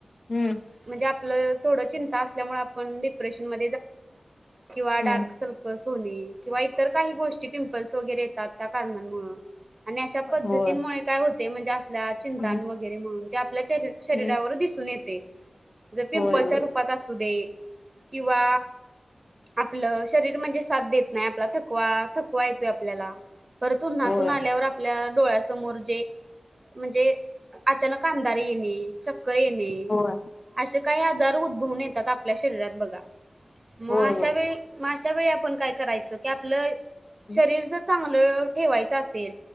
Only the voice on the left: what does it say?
हम्म
हम्म
होय
हम्म
हम्म
होय होय
होय
होय
होय
होय